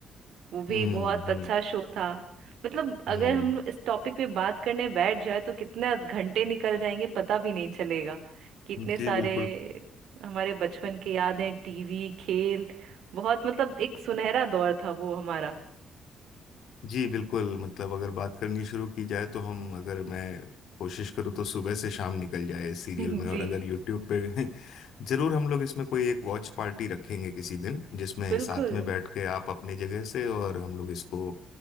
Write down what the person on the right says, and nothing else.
वो भी
बहुत
अच्छा शो था मतलब अगर
हम इस टॉपिक पे बात करने बैठ जाए तो कितने घंटे निकल जाएंगे पता भी नहीं चलेगा कि इतने सारे
हमारे बचपन के याद हैं टीवी खेल बहुत मतलब एक सुनहरा दौर था वो हमारा
<laughs>
जी
बिल्कुल